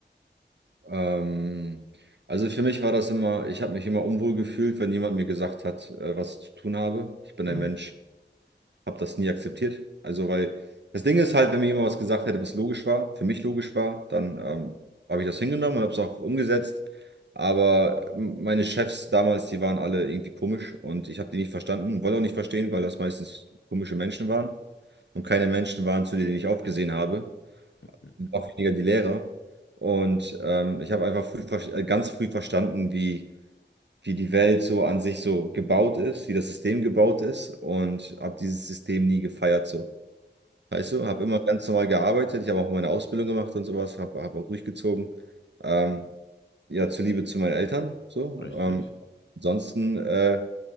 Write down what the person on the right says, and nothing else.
ähm, also für mich war das immer, ich habe mich immer unwohl gefühlt, wenn jemand mir gesagt hat, äh, was ich zu tun habe. Ich bin
ein Mensch. habe das nie akzeptiert. Also, weil das Ding ist halt, wenn mir jemand was gesagt hätte, was logisch war, für mich logisch war, dann ähm, habe ich das hingenommen und habe es auch umgesetzt. Aber meine Chefs damals, die waren alle irgendwie komisch und ich habe die nicht verstanden, wollte auch nicht verstehen, weil das meistens komische Menschen waren und keine Menschen waren, zu denen ich aufgesehen habe,
noch weniger die Lehrer. Und ähm, ich habe einfach früh, ver- äh, ganz früh verstanden, wie wie die Welt so an sich so gebaut ist, wie das System gebaut ist und habe dieses System nie gefeiert so. Weißt du, habe immer ganz normal gearbeitet, ich habe auch meine Ausbildung gemacht und sowas, habe hab auch durchgezogen. Ähm, ja, zuliebe zu meinen Eltern so.
Ähm, ansonsten äh,